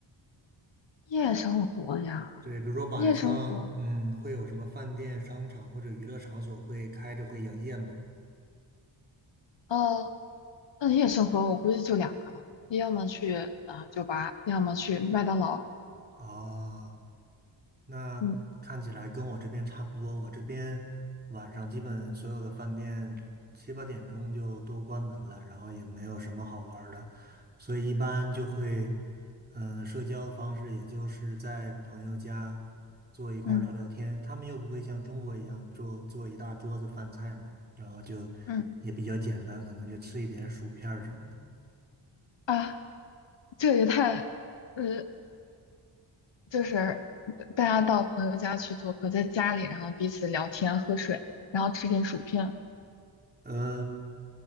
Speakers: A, on the left; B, on the right.
A: 夜生活呀，
B: 对，比如说晚上，
A: 夜生活，
B: 嗯，会有什么饭店、商场或者娱乐场所会开着会营业吗？
A: 呃，那夜生活我估计就两个了，你要么去呃酒吧，要么去麦当劳。
B: 啊、那看起来跟我这边差不多，
A: 嗯
B: 我这边晚上基本所有的饭店七八点钟就都关门了，然后也没有什么好玩儿的，所以一般就会，嗯，社交的方式也就是在朋友家坐一块儿聊聊天，
A: 嗯
B: 他们又不会像中国一样做做一大桌子饭菜嘛，然后就也比较简单，
A: 嗯，
B: 可能就吃一点薯片儿什么的。
A: 啊，这也太，呃，就是大家到朋友家去做客，在家里，然后彼此聊天、喝水，然后吃点薯片。
B: 呃，